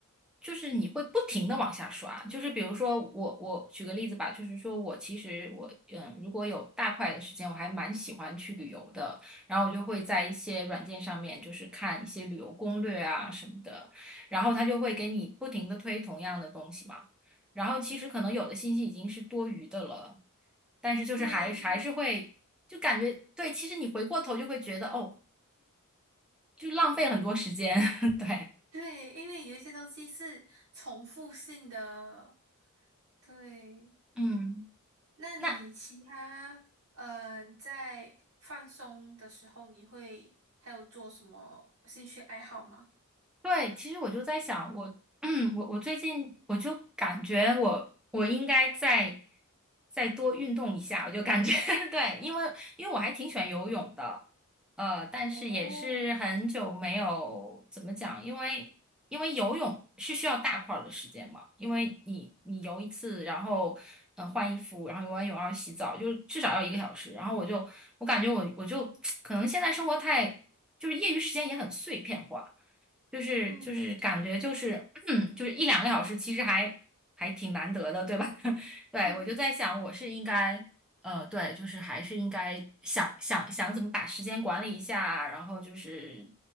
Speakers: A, in the centre; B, on the right (about 80°).
A: 就是你会不停的往下刷，就是比如说我我举个例子吧，就是说我其实我嗯，如果有大块的时间，我还蛮喜欢去旅游的，然后我就会在一些软件上面就是看一些旅游攻略啊什么的，然后他就会给你不停的推同样的东西嘛，然后其实可能有的信息已经是多余的了，但是就是还还是会就感觉对，
B: 对，因为
A: 其实你回过头就会觉得哦，就浪费了很多时间，<laughs> 对。
B: 对，因为有一些东西是重复性的。对，
A: 嗯，
B: 那你其他呃，
A: 那
B: 在放松的时候，你会还有做什么兴趣爱好吗？
A: 对，其实我就在想，我，<clears throat> 嗯，我我最近我就感觉我我应该再再多运动一下，我就感觉 <laughs> 对，因为因为我还挺喜欢游泳的，呃，但是也是很久没有怎么讲，
B: 哦，
A: 因为因为游泳是需要大块儿的时间嘛，因为你你游一次，然后嗯、呃换衣服，然后游完泳然后洗澡，就是至少要一个小时，然后我就我感觉我我就 <tsk> 可能现在生活太就是业余时间也很碎片化。就是就是感觉就是
B: 嗯，
A: <clears throat> 就是一两个小时，其实还还挺难得的，对吧？<laughs> 对，
B: <laughs>
A: 我就在想，我是应该呃，对，就是还是应该想想想怎么把时间管理一下啊，然后就是